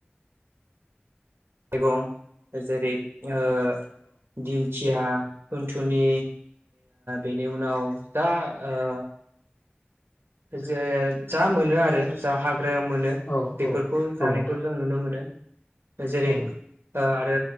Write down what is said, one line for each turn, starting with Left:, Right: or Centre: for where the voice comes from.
Right: मैगं जेरै- ओ दिंखि या थुनथुनि बेनि उनाव दा ओ जे जा मोनो आरो जा हा ग्रोयाव मोनो
Left: औ
Right: बेफोरखौ
Left: औ नोंथां
Right: जानायखौ जों नुनो मोनो जेरै
Left: औ
Right: ओ आरो